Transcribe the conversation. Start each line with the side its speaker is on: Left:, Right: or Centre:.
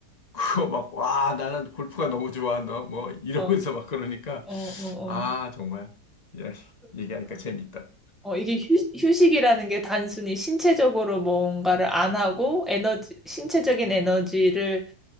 Left: 그거 막, 와, 나는 골프가 너무 좋아한다. 뭐, 이러면서
Centre: 어, 어,
Left: 막 그러니까,
Centre: 어,
Left: 아,
Centre: 어.
Left: 정말. 야, 얘기하니까
Centre: 그러니까,
Left: 재밌다.
Centre: 어, 이게 휴, 휴식이라는 게 단순히 신체적으로 뭔가를 안 하고 에너지, 신체적인 에너지를